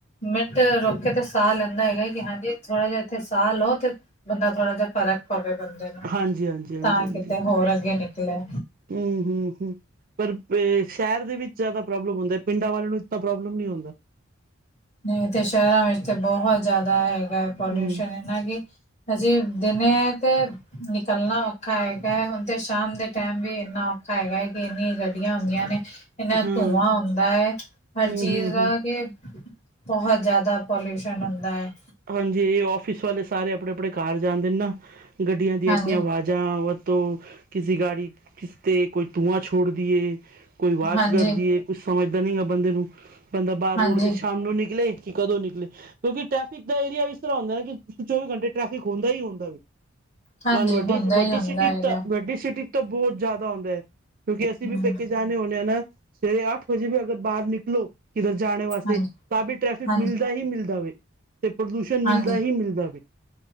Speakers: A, on the left; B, on the right.
A: ਮਿੰਟ ਰੁਕ ਕੇ ਤੇ ਸਾਹ ਲੈਂਦਾ ਹੈਗਾ ਕਿ ਹਾਂਜੀ ਥੋੜਾ ਜਿਹਾ ਏਥੇ ਸਾਹ ਲਓ ਤੇ ਬੰਦਾ ਥੋੜ੍ਹਾ ਜਿਹਾ ਫ਼ਰਕ ਪਵੇ ਬੰਦੇ ਨੂੰ,
B: ਹਾਂਜੀ ਹਾਂਜੀ ਹਾਂਜੀ
A: ਤਾਂ
B: ਹਾਂਜੀ
A: ਕਿਤੇ ਹੋਰ ਅੱਗੇ ਨਿਕਲੇ।
B: ਹੂੰ ਹੂੰ ਹੂੰ। ਪਰ ਸ਼ਹਿਰ ਦੇ ਵਿੱਚ ਜ਼ਿਆਦਾ ਪ੍ਰੋਬਲਮ ਹੁੰਦਾ ਪਿੰਡਾਂ ਵਾਲਿਆਂ ਨੂੰ ਇਤਨਾ ਪ੍ਰੋਬਲਮ ਨਹੀਂ ਹੁੰਦਾ।
A: ਨਹੀਂ ਇੱਥੇ ਸ਼ਹਿਰਾਂ ਵਿੱਚ ਤੇ ਬਹੁਤ ਜ਼ਿਆਦਾ ਹੈਗਾ ਹੈ ਪੋਲਿਊਸ਼ਨ
B: ਹੂੰ
A: ਇਹਨਾ ਕਿ ਹਜੀ ਦਿਨੇ ਤੇ ਨਿਕਲਣਾ ਔਖਾ ਹੈਗਾ ਹੈ ਹੁਣ ਤੇ ਸ਼ਾਮ ਦੇ ਟਾਈਮ ਵੀ ਇੰਨਾ ਔਖਾ ਹੈਗਾ ਹੈ ਕਿ ਇੰਨੀਆਂ ਗੱਡੀਆਂ ਹੁੰਦੀਆਂ ਨੇ। ਇੰਨਾ
B: ਹਾਂ
A: ਧੂੰਆਂ ਹੁੰਦਾ ਹੈ, ਹਰ
B: ਹੂੰ
A: ਚੀਜ਼
B: ਹੂੰ
A: ਦਾ
B: ਹੂੰ
A: ਕਿ ਬਹੁਤ ਜ਼ਿਆਦਾ ਪੋਲਿਊਸ਼ਨ ਹੁੰਦਾ ਹੈ।
B: ਹਾਂਜੀ ਔਫਿਸ ਵਾਲੇ ਸਾਰੇ ਆਪਣੇ-ਆਪਣੇ ਘਰ ਜਾਂਦੇ ਨੇ ਨਾ ਗੱਡੀਆਂ ਦੀ
A: ਹਾਂਜੀ
B: ਇਤਨੀ ਆਵਾਜ਼ ਜਾਂ ਵ ਤੋਂ ਕਿਸੀ ਗਾੜੀ ਕਿਸ ਤੇ ਕੋਈ ਧੂੰਆ ਛੋੜਦੀ ਏ। ਕੋਈ ਵਾਚ
A: ਹਾਂਜੀ
B: ਕਰਦੀ ਏ ਕੁਛ ਸਮਝਦਾ ਨੀ ਹੈਗਾ ਬੰਦੇ ਨੂੰ। ਬੰਦਾ ਬਾਰ
A: ਹਾਂਜੀ
B: ਰੋਡ ਤੇ ਸ਼ਾਮ ਨੂੰ ਨਿਕਲੇ ਕਿ ਕਦੋਂ ਨਿਕਲੇ, ਕਿਉਂਕਿ ਟੈਕਫਿ ਦਾ ਏਰੀਆ ਵੀ ਇਸ ਤਰ੍ਹਾਂ ਹੁੰਦਾ ਨਾ, ਕਿ ਚੌਵੀ ਘੰਟੇ ਟ੍ਰੈਫਿਕ ਹੋਂਦਾ ਈ ਹੋਂਦਾ ਵੇ।
A: ਹਾਂਜੀ
B: ਅ ਹੋਨ
A: ਹੁੰਦਾ
B: ਵੱਡੀ
A: ਹੀ ਹੁੰਦਾ
B: ਸਿਟੀ
A: ਹੈਗਾ
B: ਤਾਂ, ਵੱਡੀ ਸਿਟੀ ਤਾਂ ਬੋਤ ਜਾਦਾ ਹੋੰਦਾ ਐ। ਕਿਉਂਕਿ ਅਸੀਂ
A: ਹਮ
B: ਵੀ ਪੇਕੇ ਜਾਨੇ ਹੋਨੇ ਹਾਂ ਨਾ। ਸਵੇਰੇ ਅੱਠ ਵਜੇ ਵੀ ਅਗਰ ਬਾਰ ਨਿਕਲੋ, ਕਿਧਰ ਜਾਣੇ ਵਾਸਤੇ,
A: ਹਾਂਜੀ
B: ਤਾਂ ਵੀ ਟ੍ਰੈਫਿਕ
A: ਹਾਂਜੀ
B: ਮਿਲਦਾ ਹੀ ਮਿਲਦਾ ਵੇ। ਤੇ ਪ੍ਰਦੂਸ਼ਣ ਮਿਲਦਾ
A: ਹਾਂਜੀ
B: ਹੀ ਮਿਲਦਾ ਵੇ,